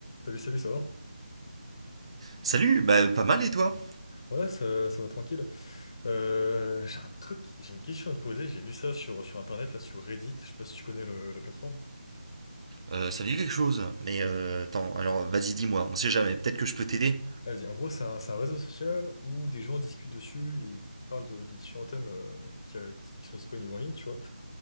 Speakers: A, on the left; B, on the right.
A: Salut, salut, ça va?
B: Salut, bah pas mal et toi?
A: Ouais, ça, ça va tranquille. Euh, j'ai un truc, j'ai une question à te poser. J'ai vu ça sur, sur Internet, là, sur Reddit. Je sais pas si tu connais le- la plateforme.
B: Euh, ça me dit quelque chose, mais euh, attends, alors vas-y dis-moi, on sait jamais, peut-être que je peux t'aider.
A: Vas-y, en gros, c'est un, c'est un réseau social où des gens discutent dessus, ils parlent de, de différents thèmes euh, qui, euh, qui sont disponibles en ligne, tu vois.